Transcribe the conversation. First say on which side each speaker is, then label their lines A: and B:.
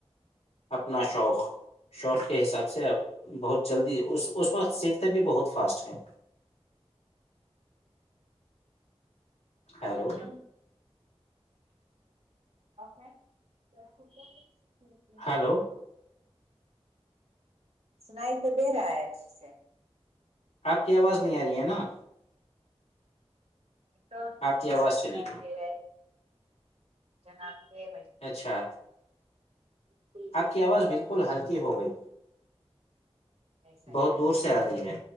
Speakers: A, on the left (about 80°); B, on the right (about 75°).
A: اپنا شوق شوق کے حساب سے بہت جلدی اس اس وقت سیکھتے بھی بہت فاسٹ ہیں ہیلو
B: بچ ہے فس ہوتے
A: ہلو
B: سنائی تو دے رہا ہے اس سے
A: آپ کی آواز نہیں آ رہی ہے نا
B: یہ تو
A: آپ
B: اچھے
A: کی آواز
B: سے سنائی
A: چلی
B: دے رہے ہے جہاں کے
A: اچھا
B: بالکل
A: آپ
B: صحیح
A: کی آواز
B: ہے
A: بالکل ہلکی ہو گئی
B: ایسا
A: بہت
B: کیا
A: دور سے آ رہی ہے